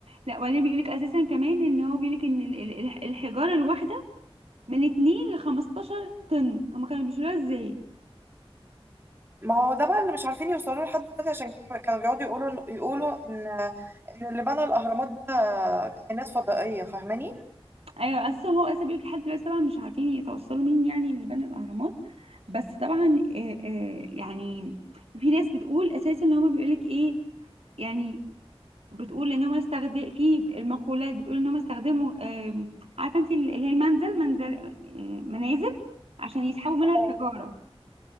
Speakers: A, on the right; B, on the right.
A: لا وبعدين بيقولك اساسا كمان ان هو بيقولك ان ال- ال- الح- الحجاره الواحده من 2 ل 15 طن هما كانوا بيشيلوها ازاي
B: ما هو ده بقى اللي مش عارفين يوصلوا له لحد دلوقتي عشان كده كانوا بيقعدوا يقولوا يقولوا ان ان اللي بنى الاهرامات ده كائنات فضائيه فاهماني
A: ايوه اساسا هو اساسا بيقولك لحد دلوقتي طبعا مش عارفين يتوصلوا مين يعني اللي بنى الاهرامات بس طبعا آه، آه، يعني في ناس بتقول اساسا ان هما بيقولك ايه يعني بتقول ان هم يستخدم في المقولات بتقول ان هم استخدموا آم، عارفه انت اللي هي المنزل منزل آم، منازل عشان يسحبوا منها
B: اه
A: الحجاره